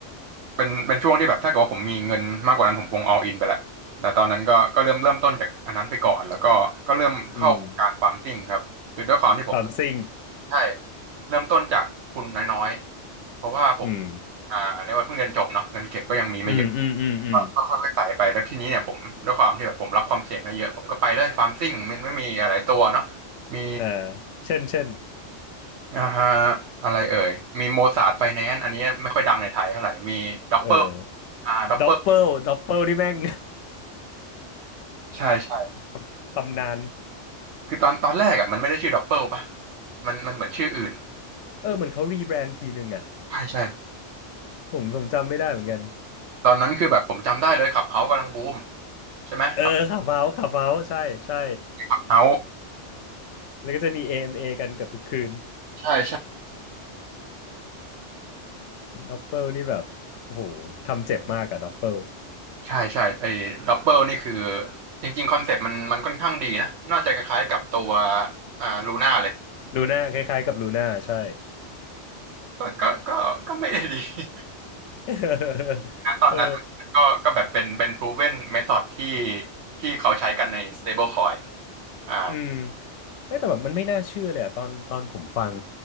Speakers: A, on the right; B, on the left.
A: เป็นเป็นช่วงที่แบบถ้าเกิดว่าผมมีเงินมากกว่านั้นผมคง all in ไปแล้วแต่ตอนนั้นก็ก็เริ่มเริ่มต้นจากอันนั้นไปก่อนแล้วก็ก็เริ่มเข้าวงการฟาร์มซิ่งครับคือด้วยความที่ผม
B: อืมความซิ่ง
A: ใช่เริ่มต้นจากทุนน้อยๆเพราะว่าผม
B: อืม
A: อ่าเรียกว่าเพิ่งเรียนจบเนาะเงินเก็บก็ยังมีไม่เยอะ
B: อืมอืมอืมอืม
A: ก็ก็ค่อยๆใส่ไปแล้วทีนี้เนี่ยผมด้วยความที่แบบผมรับความเสี่ยงได้เยอะผมก็ไปเลยฟาร์มซิ่งมันไม่มีอะไรตัวเนาะมี
B: เออเช่นเช่น
A: อ่าอะไรเอ่ยมีโมซาร์ทไฟแนนซ์อันนี้ไม่ค่อยดังในไทยเท่าไหร่มีด็อปเปอร์
B: เออ
A: อ่าด็อปเปอร์
B: ด็อปเปิลด็อปเปิลนี่แม่ง
A: ใช่ใช่
B: <laughs> ตำตำนาน
A: คือตอนตอนแรกอ่ะมันไม่ได้ชื่อด็อปเปอร์ป่ะมันมันเหมือนชื่ออื่น
B: เออเหมือนเขารีแบรนด์ทีนึงอ่ะ
A: ใช่ใช่
B: ผมผมจำไม่ได้เหมือนกัน
A: ตอนนั้นคือแบบผมจำได้เลยขับเฮากำลังบูมใช่ไหมขับ
B: เออขับเฮาขับเฮาใช่ใช่
A: ขับเฮา
B: แล้วก็จะมี a เอมเอกันเกือบทุกคืน
A: ใช่
B: ด็อปเปิลนี่แบบโอ้โหทำเจ็บมากอะด็อปเปิล
A: ใช่ใช่ไอ้ดับเบิลนี่คือจริงๆคอนเซ็ปต์มันมันค่อนข้างดีนะน่าจะคล้ายๆกับตัวอ่าลูน่าเลย
B: ลูน่าคล้ายๆกับลูน่าใช่
A: ก็ก็ก็ก็ไม่ได้ดี <laughs>
B: <laughs>
A: ตอนนั้นมันก็ก็แบบเป็นเป็น
B: เออ
A: proven method ที่ที่เขาใช้กันใน stablecoin อ่า
B: อืมไม่แต่แบบมันไม่น่าเชื่อเลยอะตอนตอนผมฟัง